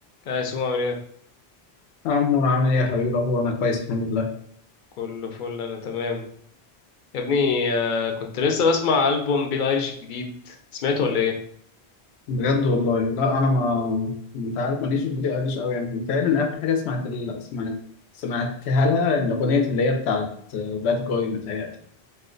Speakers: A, on the left (about 55°); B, on the left (about 85°).
A: يا يسوع عامل ايه
B: يا عمور عامل ايه يا حبيبي هو انا كويس الحمد لله
A: كله فل انا تمام يا ابني آه، كنت لسه بسمع البوم بيل ايريش الجديد سمعته ولا ايه
B: بجد والله لا انا ما انت عارف ماليش في البوليس قديش قوي يعني متهيألي ان اخر حاجه سمعت ال... سمعت سمعتها لها ان اغنيه اللي هي بتاعت باد جوي متهيألي